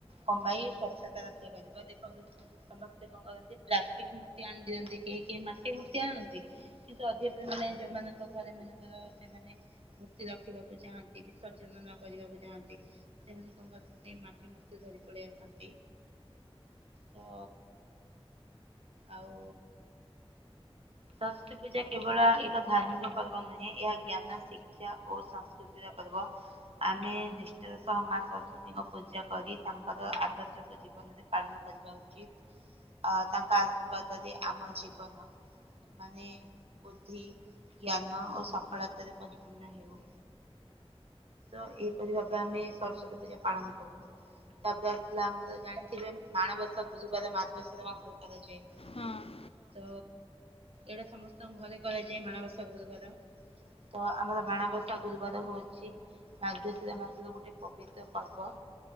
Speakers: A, on the right; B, on the left.
A: କମାଇ ସ୍ଵଚ୍ଛତା ରକ୍ଷା କରିବା ଦେଖନ୍ତୁ ସମସ୍ତେ କଁ କରନ୍ତି ପ୍ଲାଷ୍ଟିକ୍ ମୂର୍ତ୍ତି ଆଣି ଦଅନ୍ତି କେହି କେହି ମାଟି ମୂର୍ତ୍ତି ଆଣନ୍ତି। କିନ୍ତୁ ଅଧ୍ୟାପକମାନେ ଯୋଉମାନଙ୍କ ଘରେ ମାନେ ଧର ସେମାନେ ମୂର୍ତ୍ତି ରଖିବାକୁ ଚାହାନ୍ତି ବିସର୍ଜନ ନ କରିବାକୁ ଚାହାନ୍ତି ସେମାନେ କଁ କରନ୍ତି ମାଟି ମୂର୍ତ୍ତି ଧରି ପଳେଇ ଆସନ୍ତି ତ ଆଉ ସରସ୍ଵତୀ ପୂଜା କେବଳ ଏକ ଧାର୍ମିକ ପର୍ବ ନୁହେଁ ଏହା ଜ୍ଞାନ ଶିକ୍ଷା ଓ ସଂସ୍କୃ ତିର ପର୍ବ। ଆମେ ନିଷ୍ଟାର ସହ ମା ସରସ୍ଵତୀଙ୍କ ପୂଜା କରି ତାଙ୍କର ଆଦର୍ଶକୁ ଜି ଜୀବନେରେ ପାଳନ କରିବା ଉଚିତ୍ ଆ ତାଙ୍କ ଆଶୀର୍ବାଦରେ ଆମ ଜୀବନ ମାନେ ବୁଦ୍ଧି ଜ୍ଞାନ ଓ ସଫଳତାରେ ପରିପୂର୍ଣ୍ଣ ହେଉ। ତ ଏହିପରି ଭାବେ ଆମେ ସରସ୍ଵତୀ ପୂଜା ପାଳନ କରୁ। ତାପରେ ଆସିଲା ଆମର ଜାଣିଥିବେ ମାଣବସା ଗୁଲୁବାରେ ମାର୍ଗଶୀର ମାସରେ କରାଯାଏ।
B: ହଁ ହଁ ହଁ
A: ତ ଏଇଟା ସମସ୍ତଙ୍କ ଘରେ କରାଯାଏ ମାଣବସା ଗୁରୁବାର। ତ ଆମର ମାଣବସା ଗୁରୁବାର ହଉଚି ମାର୍ଗଶିର ମାସ ତ ଗୋଟେ ପବିତ୍ର ପର୍ବ